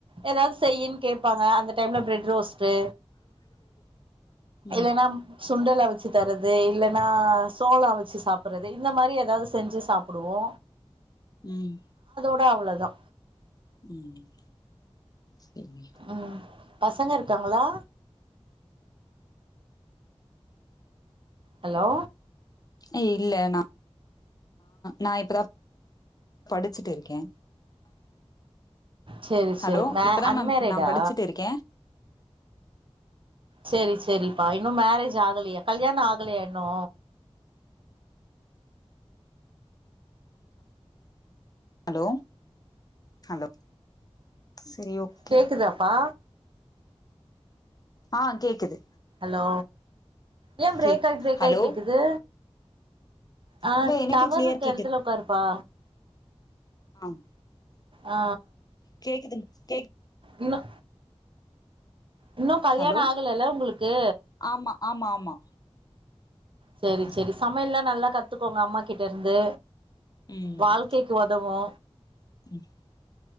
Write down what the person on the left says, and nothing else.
ம்
ம்
ம் சரி
ஏ இல்ல ந நா இப்பதா படிச்சுட்டு இருக்கே
ஹலோ
இப்பதா
மேம் நா படிச்சுட்டு இருக்கே
ஹலோ ஹலோ செரி ஓகே
ஆ கேக்குது
கேக்
ஹலோ
இல்ல எனக்கு
கிளியர்
ஆஹ்
கேக்குது கேக்
ஹலோ
ஆமா ஆமா ஆமா
ம்
ம்
<unintelligible>